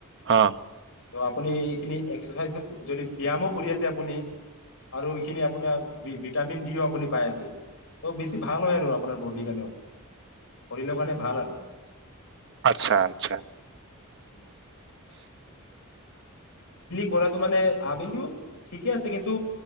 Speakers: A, on the right; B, on the left.
A: অহ
B: ত' আপুনি এইখিনি এক্সাৰচাইজো যদি ব্যায়ামো কৰি আছে আপুনি আৰু এইখিনি আপোনাৰ ভিটামিন ডিও আপুনি পাই আছে ত' বেছি ভাল হয় আৰু আপোনাৰ বডিৰ কাৰণেও। কৰিলে মানে ভাল আৰু।
A: আচ্ছা আচ্ছা
B: উম। পৰাটো মানে আবেলিয়ো। ঠিকে আছে কিন্তু